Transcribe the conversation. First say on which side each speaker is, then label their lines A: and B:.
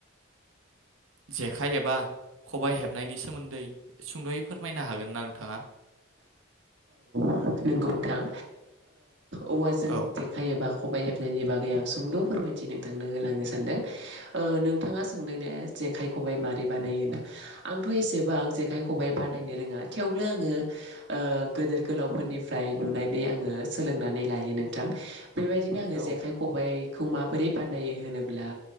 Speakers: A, on the right; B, on the right.
A: जेखाइ एबा खबाइ हेबनायनि सोमोन्दै सुंद'यै फोरमायनो हागोन ना नोंथाङा
B: नोंगौ नोंथां औवाजों
A: औ
B: जेखाय एबा खबाइ हेबनाय जायनि बागै आं सुंद' फोरमायथि नोंथां। नो होलांनो सानदों ओ नोंथांङा सोंदों ने जेखाइ खबाइ माबारै बानायो होन आंथ' एसेबां जेखाइ खबाइ बानायनो रोङा थेवब्लो आङो ओ गोदोर गोलावफोर निफ्राय नुनानै आङो सोलोंनानै लायो नोंथां। बेबायदिनो आङो
A: औ
B: जेखाइ खबाइ खौ माबोरै बानायो होनोब्ला